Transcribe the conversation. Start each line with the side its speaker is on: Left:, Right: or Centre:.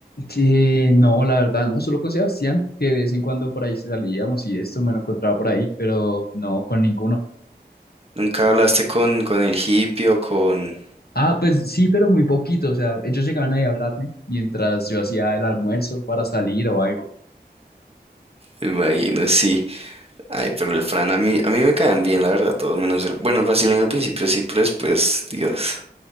Left: Sí, no, la verdad, no, solo con Sebastián, que de vez en cuando por ahí salíamos y esto me lo encontraba por ahí, pero no con ninguno.
Right: Nunca hablaste con, con el hippie o con.
Left: Ah, pues sí, pero muy poquito. O sea, ellos llegaban ahí a hablarme mientras yo hacía el almuerzo para salir o algo.
Right: me Imagino, sí. Ay, pero el Fran, a mí, a mí me caen bien, la verdad, todos menos el. Bueno, el brasileño al principio sí, pero después, Dios.